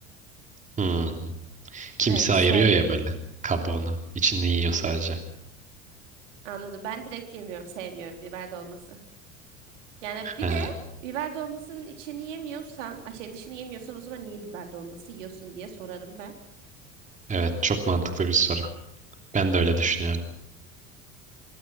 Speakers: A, on the right (about 20°); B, on the right (about 65°).
A: Hmm. Kimse
B: Evet,
A: ayırıyor
B: sevmediğim
A: ya böyle kabuğunu. İçini yiyor
B: yok.
A: sadece.
B: Anladım. Ben direkt yemiyorum. Sevmiyorum biber dolması. Yani bir
A: He,
B: de biber dolmasının içini yemiyorsan, ay şey dışını yemiyorsan o zaman niye biber dolması yiyorsun diye sorarım ben.
A: evet çok mantıklı bir soru. Ben de öyle düşünüyorum.